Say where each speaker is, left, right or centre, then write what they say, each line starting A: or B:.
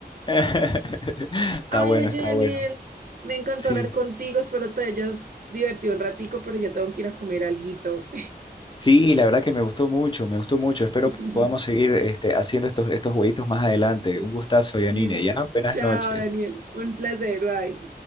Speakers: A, on the left; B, on the right.
A: <laughs> Está
B: Ay,
A: bueno,
B: oye,
A: está
B: Daniel,
A: bueno.
B: me encantó
A: Sí.
B: hablar contigo, espero te hayas divertido un ratico, pero ya tengo que ir a comer alguito.
A: Sí, la verdad que me gustó mucho, me gustó mucho. Espero
B: <laughs>
A: podamos seguir este, haciendo estos, estos jueguitos más adelante. Un gustazo,
B: Listo.
A: Yanine, ¿ya? Buenas
B: Chao,
A: noches.
B: Daniel. Un placer, bye.